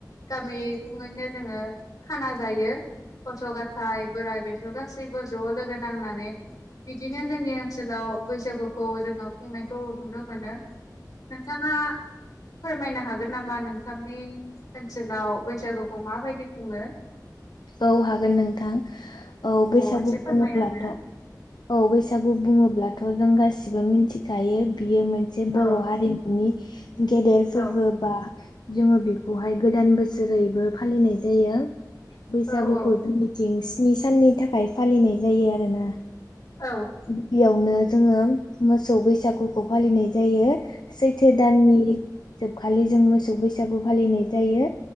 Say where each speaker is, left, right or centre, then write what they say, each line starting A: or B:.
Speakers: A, on the left; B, on the left.
A: गामि खङैनो जो जोङो खाना जायो। गथ' गाथाय बोराइ बेथौ गासैबो ज' लोगो नांनानै बिदिनो जोंनि ओनसोलाव बैसागुखौ जोङो खुंनायखौ नुनो मोनो। नोंथाङा फोरमायनो हागोन नामा नोंथांनि ओनसोलाव बैसागुखौ माबायदि खुङो?
B: औ हागोन नोंथां औ बैसागु
A: एसे
B: दुङब्लाथ'
A: फोरमाय आंनो
B: औ बैसागु। बैसागु बुङोब्लाथ' जों गासिबो मिथिखायो बियो मोनसे
A: औ
B: बर' हारिमुनि गेदेर फोरबो
A: औ
B: बा जोङो बेखौहाय गोदान बोसोरैबो फालिनाय जायो। बैसागुखौ
A: औ औ
B: जोंनिथिं स्नि साननि थाखाय फालिनाय जायो आरोना
A: औ
B: गिबियावनो जोङो मोसौ बैसागुखौ फालिनाय जायो। सैथो दाननि जोबखालि जों मोसौ बैसागु फालिनाय जायो।